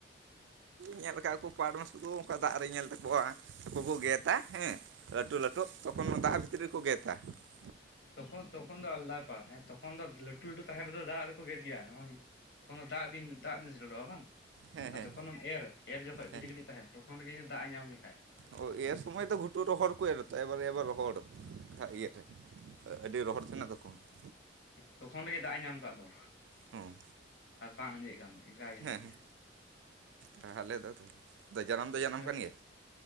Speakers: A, on the right; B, on the left.
A: ᱧᱮᱞ ᱟᱠᱟᱜ ᱠᱚ ᱯᱟᱴᱷ ᱠᱚ ᱚᱱᱠᱟ ᱫᱟᱜ ᱨᱮᱧ ᱧᱮᱞ ᱛᱟᱠᱚᱣᱟ ᱩᱱᱠᱩ ᱠᱚ ᱜᱮᱫᱟ, ᱦᱮᱸ ᱾ ᱞᱟᱹᱴᱩ ᱞᱟᱹᱴᱩ
B: ᱦᱮᱸ
A: ᱛᱚᱠᱷᱚᱱ ᱢᱟ ᱫᱟᱜ ᱵᱷᱤᱛᱨᱤ ᱨᱮᱠᱚ ᱜᱮᱫᱟ ᱾
B: ᱦᱮᱸ ᱛᱚᱠᱷᱚᱱ ᱛᱚᱠᱷᱱ ᱫᱚ ᱟᱞᱟᱫᱟ ᱵᱮᱯᱟᱨ ᱦᱮᱸ ᱛᱚᱠ ᱛᱚᱠᱷᱚᱱ ᱫᱚ ᱞᱟᱹᱴᱩ ᱞᱟᱹᱴᱩ ᱛᱟᱦᱮᱸ ᱨᱮᱫᱚ ᱫᱟᱜ ᱨᱮᱠᱚ ᱜᱮᱫ ᱜᱮᱭᱟ ᱾ ᱛᱚᱠᱷᱚᱱ ᱫᱚ ᱫᱟᱜ ᱫᱤᱱ ᱫᱟᱜ ᱫᱤᱱ ᱥᱮᱴᱮᱨᱚᱜᱼᱟ ᱵᱟᱝ ᱾
A: ᱦᱮᱸ
B: ᱟᱨ
A: ᱦᱮᱸ
B: ᱡᱚᱠᱷᱚᱱᱮᱢ ᱮᱨ ᱮᱨ ᱡᱚᱠᱷᱚᱱ ᱠᱟᱴᱤᱡ
A: ᱦᱮᱸ
B: ᱠᱟᱴᱤᱡ ᱛᱟᱦᱮᱱ ᱛᱚᱠᱷᱚᱱ ᱨᱮᱜᱮ ᱡᱩᱫᱤ ᱫᱟᱜ ᱮ ᱧᱟᱢ ᱞᱮᱠᱷᱟᱡ
A: ᱚᱸ ᱮᱨ
B: ᱦᱩᱭᱩᱜᱼᱟ
A: ᱥᱚᱢᱚᱭ
B: ᱵᱟᱝ
A: ᱫᱚ ᱜᱷᱩᱴᱩ ᱨᱚᱦᱚᱲ ᱠᱚ ᱮᱨᱟᱱᱛᱚ ᱮᱵᱟᱨ ᱮᱵᱟᱨ ᱨᱚᱦᱚᱲ ᱠᱷᱟᱡ ᱤᱭᱟᱹᱛᱮ ᱟᱹᱰᱤ ᱨᱚᱦᱚᱲ ᱛᱟᱦᱮᱱᱟ ᱛᱟᱠᱚ ᱾
B: ᱛᱚᱠᱷᱚᱱ ᱨᱮᱜᱮ ᱫᱟᱜ ᱮ ᱧᱟᱢ ᱟᱠᱟᱫ ᱫᱚ
A: ᱦᱮᱸ
B: ᱟᱨ ᱵᱟᱝ ᱟᱸᱡᱮᱫ ᱠᱟᱱ ᱫᱚ ᱤᱱᱠᱟᱹ ᱜᱮ ᱦᱮᱱᱟᱜ
A: ᱦᱮᱸ
B: ᱜᱮᱭᱟ ᱾
A: ᱛᱟᱦᱚᱞᱮ ᱫᱚ ᱡᱟᱱᱟᱢ ᱫᱚ ᱡᱟᱱᱟᱢ
B: ᱟᱭᱢᱟ
A: ᱟᱠᱟᱱ ᱜᱮᱭᱟ?